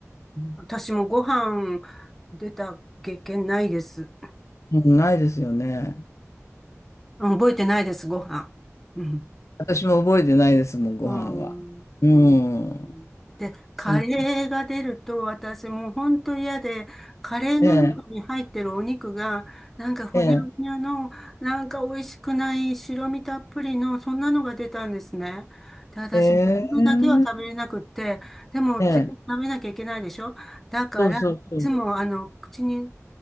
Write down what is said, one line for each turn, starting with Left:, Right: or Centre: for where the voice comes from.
Centre: 私もご飯出た経験ないです。
Left: うん、ないですよね。
Centre: うん覚えてないです、ご飯。うん。
Left: 私も覚えてないですもん、ご飯は。
Centre: うん
Left: うん。
Centre: うんで、
Left: そう、
Centre: カレーが出ると私もう本当嫌で、カレーの中に入ってるお肉が、
Left: ええ、
Centre: なんかふにゃふにゃの、
Left: ええ、
Centre: なんか美味しくない白身たっぷりの、そんなのが出たんですね。で、私もそれだけは食べれなくって、
Left: ええ、
Centre: でも絶対食べなきゃいけないでしょだから、
Left: ええ、そうそうそう、
Centre: いつもあの、口に、